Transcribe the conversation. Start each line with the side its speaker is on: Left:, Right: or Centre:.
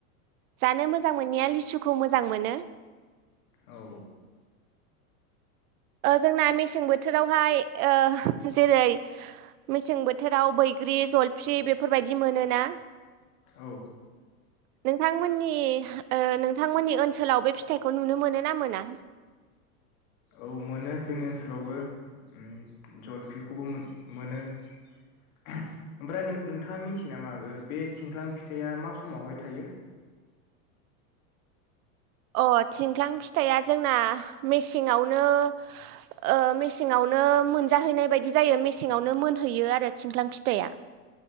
Right: जानो मोजां मोननाया लिसुखौ मोजां मोनो।
Left: औ
Right: ओ जोंना मेसें बोथोरावहाय ओ जेरै मेसें बोथो राव बैग्रि, जलफि बे फोरबायदि मोनोना?
Left: औ।
Right: नोंथांमोननि ओ नोंथांमोननि ओनसोलाव बे फिथाइखौ नुनो मोनो मोनोना मोना?
Left: औ मोनो जोंनि ओनसोलावबो। ओम जलफिखौबो मो-मोनो। ओमफ्राय नों नोंथाङा मिथियो नामा ओ बे थिंख्लां फिथाइया मा समावहाय थायो?
Right: अ थिंख्लां फिथाइया जोंना मेसेङावनो ओ मेसेङावनो मोनजाहैनाय बायदि जायो मेसेङावनो मोनहैयो आरो थिंख्लां फिथाइया।